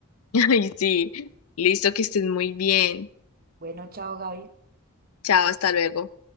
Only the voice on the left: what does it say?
<laughs> Ay, sí. Listo, que estés muy bien.
Chao, hasta luego.